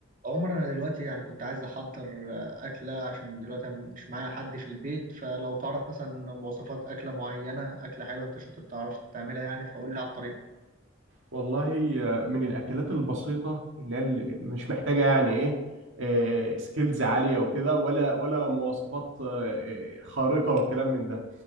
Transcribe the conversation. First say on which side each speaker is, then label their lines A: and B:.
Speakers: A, on the right; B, on the right.
A: عمر انا دلوقتي يعني كنت عايز احضر آه، اكله عشان دلوقتي أنا مش معايا حد في البيت فلو تعرف مثلا مواصفات اكله معينه اكله حلوه انت شاطر تعرف تعملها يعني فقول لي على الطريقه
B: والله آه، من الأكلات البسيطة اللي هي اللي مش محتاجة يعني إيه آه، سكيلز عالية وكده ولا ولا مواصفات آه، آه، خارقة وكلام من ده